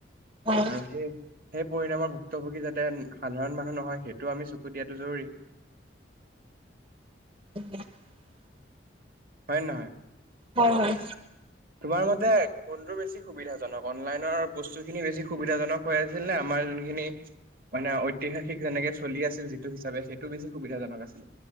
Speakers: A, on the right; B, on the right.
A: হয়
B: আৰু সেই সেই পৰিণামৰ ভুক্তভোগী যাতে সাধাৰণ মানুহ নহয় সেইটোও আমি চকু দিয়াতো জৰুৰী।
A: <unintelligible>
B: হয় নে নহয়?
A: হয়, হয়।
B: তোমাৰ মতে, ফোনটো বেছি সুবিধাজনক? অনলাইনৰ বস্তু খিনি বেছি সুবিধাজনক। হৈ আছিল নে আমাৰ যোনখিনি মানে ঐতিহাসিক যেনেকে চলি আছিল। যিটো হিচাপে সেইটো বেছি সুবিধাজনক আছিলে।